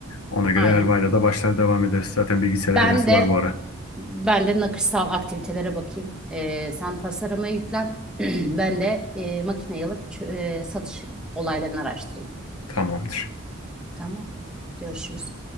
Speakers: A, on the left; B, in the centre.
A: Ona göre
B: Aynen.
A: Erva'yla da başlar devam ederiz. Zaten bilgisayara
B: Ben
A: hevesi
B: de
A: var bu ara.
B: ben de nakışsal aktivitelere bakayım. E, sen tasarıma yüklen. <clears throat> Ben de e, makineyi alıp ç- e, satış olaylarını araştırayım.
A: Tamamdır.
B: Tamam. Görüşürüz.